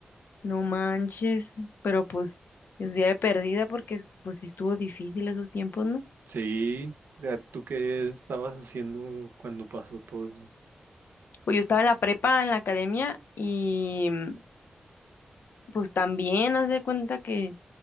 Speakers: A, on the left (about 75°); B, on the right (about 85°).
A: No manches. Pero pues, es día de perdida porque es- pues sí estuvo difícil esos tiempos, ¿no?
B: Sí, ya, ¿tú qué estabas haciendo cuando pasó todo eso?
A: Pues yo estaba en la prepa, en la academia, y mm, pues también haz de cuenta que